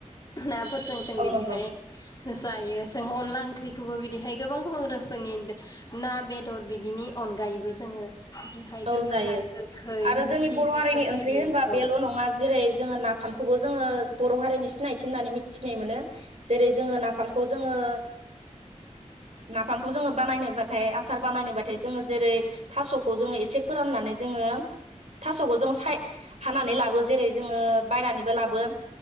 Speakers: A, on the left; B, on the right.
A: नाफोरजों जों
B: औ
A: बिदिहाय
B: नंगौ
A: जायो जों अनला ओंख्रिखौबो बिदिहाय गोबां गोबां रोखोमनि ना बेदर बिदिनि अनगायैबो जोङो बिदिहाय
B: औ
A: गोखा
B: जायो
A: गोखै
B: आरो
A: मिखि
B: जोंनि बर'
A: बेफोरबायदि
B: हारिनि ओंख्रि होनबा
A: औ
B: बेल' नङा जेरै जोङो नाफाम खौबो जोङो बर' हारिनि सिनायथि होननानै मिथिनाय मोनो । जेरै जोङो नाफामखौ
A: आरो
B: जोङो नाफामखौ जोङो बानायनोबाथाय आसार बानायनोबाथाय जोङो जेरै थास'खौ जोङो एसे एसे फोराननानै जोङो थास'खौ जों साय हानानै लाबो जेरै जोङो बायनानैबो लाबो